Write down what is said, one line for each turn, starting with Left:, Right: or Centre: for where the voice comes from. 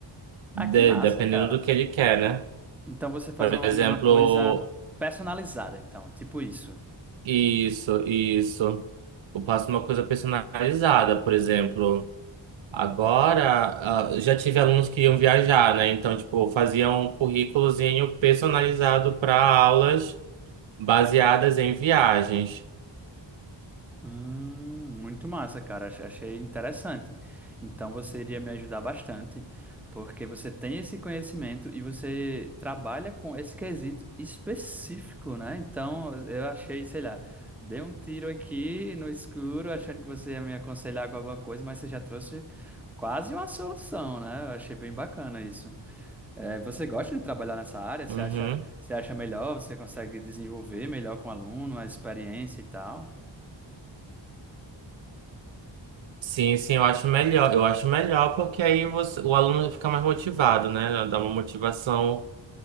Right: de-
Centre: Ah, que massa,
Right: dependendo
Centre: cara.
Right: do que ele quer, né?
Centre: Então você faz
Right: Por
Centre: uma,
Right: exemplo,
Centre: uma coisa personalizada, então, tipo isso.
Right: isso, isso. Eu faço uma coisa personalizada, por exemplo. Agora, ah, já tive alunos que iam viajar, né? Então, tipo, faziam um currículozinho personalizado para aulas baseadas em viagens.
Centre: Hum, muito massa, cara. Ach- Achei interessante. Então você iria me ajudar bastante, porque você tem esse conhecimento e você trabalha com esse quesito específico, né? Então eu achei, sei lá, dei um tiro aqui no escuro, achando que você ia me aconselhar com alguma coisa, mas você já trouxe quase uma solução, né? Eu achei bem bacana isso. É, você gosta de trabalhar nessa área? Você
Right: Uhum.
Centre: acha, você acha melhor? Você consegue desenvolver melhor com o aluno, a experiência e tal?
Right: Sim, sim, eu acho melhor. Eu acho melhor porque aí você- o aluno fica mais motivado, né? Dá uma motivação